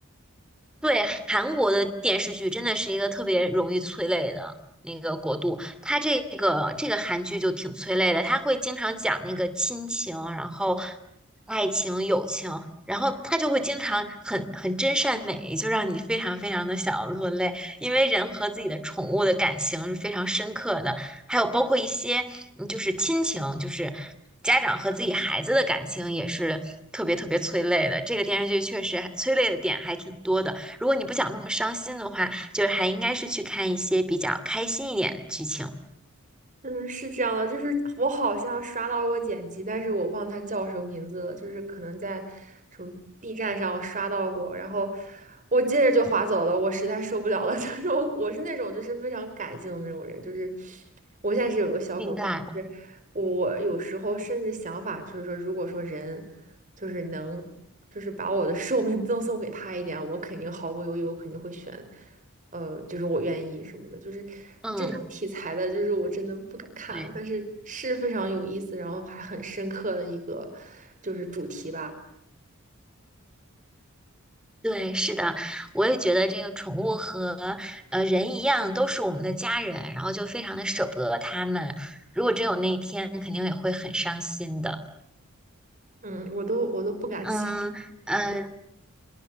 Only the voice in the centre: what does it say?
对，韩国的电视剧真的是一个特别容易催泪的那个国度，它这个这个韩剧就挺催泪的，它会经常讲那个亲情，然后爱情、友情，然后它就会经常很很真善美，就让你非常非常的想要落泪，因为人和自己的宠物的感情是非常深刻的，还有包括一些嗯就是亲情，就是家长和自己孩子的感情也是特别特别催泪的，这个电视剧确实还催泪的点还挺多的。如果你不想那么伤心的话，就是还应该是去看一些比较开心一点的剧情。
明白，
嗯，
对
对，是的，我也觉得这个宠物和呃人一样，都是我们的家人，然后就非常的舍不得他们。如果真有那一天，肯定也会很伤心的。
嗯嗯，呃